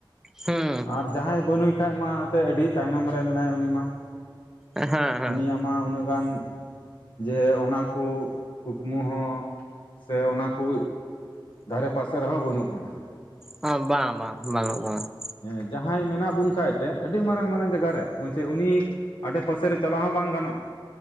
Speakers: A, in the centre; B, on the left.
A: ᱦᱩᱸ
B: ᱟᱨ ᱡᱟᱦᱟᱸᱭ ᱵᱟᱹᱱᱩᱭ ᱠᱷᱟᱡ ᱢᱟ ᱮᱛᱮ ᱟᱹᱰᱤ ᱛᱟᱭᱱᱚᱢ ᱨᱮ ᱢᱮᱱᱟᱭ ᱩᱱᱤ ᱢᱟ ᱾
A: ᱦᱮᱸ
B: ᱩᱱᱤᱭᱟᱜ ᱢᱟ ᱩᱱᱟᱹᱜ ᱜᱟᱱ ᱡᱮ ᱚᱱᱟ ᱠᱚ ᱠᱩᱠᱢᱩ ᱦᱚᱸ ᱥᱮ ᱚᱱᱟ ᱠᱚ ᱫᱷᱟᱨᱮ ᱯᱟᱥᱮ ᱨᱮᱦᱚᱸ ᱵᱟᱹᱱᱩᱜ ᱰᱚᱱᱟ ᱾
A: ᱵᱟᱝ ᱵᱟᱝ ᱵᱟᱱᱩᱜ ᱵᱚᱱᱟ ᱾
B: ᱮᱸ ᱡᱟᱦᱟᱸᱭ ᱢᱮᱱᱟᱜ ᱵᱚᱱ ᱠᱷᱟᱡ ᱮᱱᱛᱮ ᱟᱹᱰᱤ ᱢᱟᱨᱟᱝ ᱢᱟᱨᱟᱝ ᱡᱟᱭᱜᱟ ᱨᱮ ᱪᱮᱫ ᱩᱱᱤ ᱟᱰᱮ ᱯᱟᱥᱮ ᱨᱮ ᱪᱟᱞᱟᱜ ᱦᱚᱸ ᱵᱟᱝ ᱜᱟᱱᱚᱜ-ᱟ᱾